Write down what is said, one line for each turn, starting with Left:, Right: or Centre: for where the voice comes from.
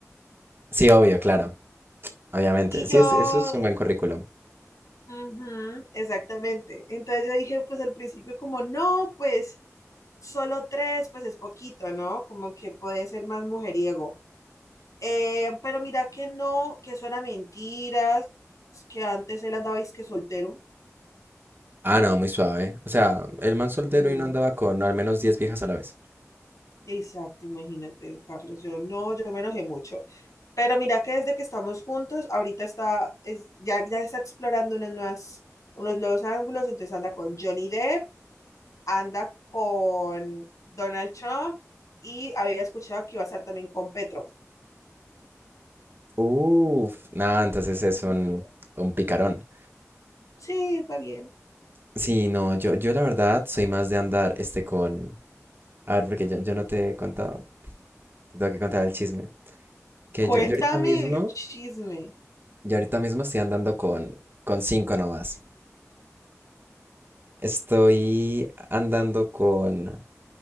Right: sí, obvio, claro, obviamente.
Left: Y
Right: Sí,
Left: yo
Right: es- eso es un buen currículum.
Left: Ujú, exactamente. Entonces yo dije, pues al principio como, no, pues solo tres, pues es poquito, ¿no? Como que puede ser más mujeriego. Eh, pero mira que no, que eso era mentiras, que antes él andaba que soltero.
Right: Ah, no, muy suave. O sea, el man soltero
Left: Mm,
Right: y no andaba con al menos diez viejas a la vez.
Left: exacto, imagínate, Carlos. Yo no, yo me enojé mucho. Pero mira que desde que estamos juntos, ahorita está, es, ya, ya está explorando unas nuevas, unos nuevos ángulos, entonces anda con Johnny Depp anda con Donald Trump y había escuchado que iba a estar también con Petro.
Right: Uf, nada, entonces es
Left: Ujú,
Right: un, un picarón.
Left: Sí, va bien.
Right: Sí, no, yo, yo la verdad soy más de andar este con... A ver, porque yo, yo no te he contado, te tengo que contar el chisme. Que
Left: Cuéntame
Right: yo, yo ahorita mismo,
Left: el chisme.
Right: yo ahorita mismo estoy andando con, con cinco nomás. Estoy andando con,